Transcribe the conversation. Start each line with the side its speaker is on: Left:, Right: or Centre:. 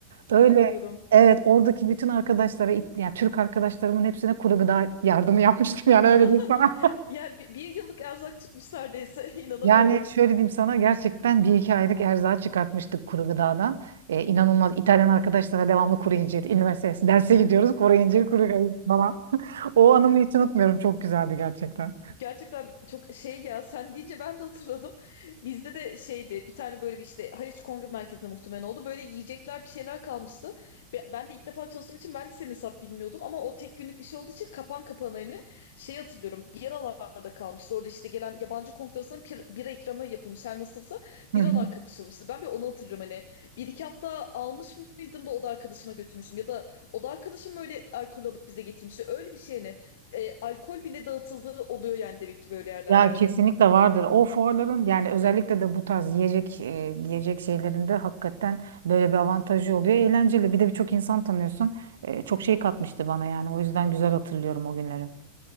Right: Öyle
Left: İnanamıyorum.
Right: evet oradaki bütün arkadaşlara yani Türk arkadaşlarımın hepsine kuru gıda yardımı yapmıştım yani
Left: <laughs>
Right: öyle diyeyim sana.
Left: Ya bi- bir, yıllık erzak çıkmış neredeyse. <laughs> İnanamıyorum.
Right: Yani şöyle diyeyim sana gerçekten bir iki aylık erzağı çıkartmıştık kuru gıdadan. Ee, inanılmaz İtalyan arkadaşlara devamlı kuru incir, <laughs> üniversitesi derse gidiyoruz kuru incir, kuru gıda falan. <laughs> O anımı hiç unutmuyorum çok güzeldi gerçekten.
Left: Gerçekten çok şey ya sen deyince ben de hatırladım. Bizde de şeydi bir tane böyle bir işte Haliç Kongre Merkezi'nde muhtemelen oldu. Böyle yiyecekler bir şeyler kalmıştı. Be- Ben de ilk defa çalıştığım için ben de senin hesap bilmiyordum. Ama o tek günlük bir şey olduğu için kapan kapana hani şey hatırlıyorum. Biralarda kalmıştı. Orada işte gelen yabancı konuk arasında pir- bira ikramı yapılmış her nasılsa. Biralar
Right: Hı hı.
Left: kapışılmıştı. Ben bir onu hatırlıyorum hani. Bir iki hatta almış mıydım da oda arkadaşıma götürmüşüm. Ya da oda arkadaşım öyle alkol alıp bize getirmişti. Öyle bir şey ne? e, alkol bile dağıtıldığı oluyor yani demek ki böyle yerlerde.
Right: Ya kesinlikle vardır. O fuarların yani özellikle de bu tarz yiyecek e, yiyecek şeylerinde hakikaten böyle bir avantajı oluyor. Eğlenceli. Bir de birçok insan tanıyorsun. E, çok şey katmıştı bana yani. O yüzden güzel hatırlıyorum o günleri.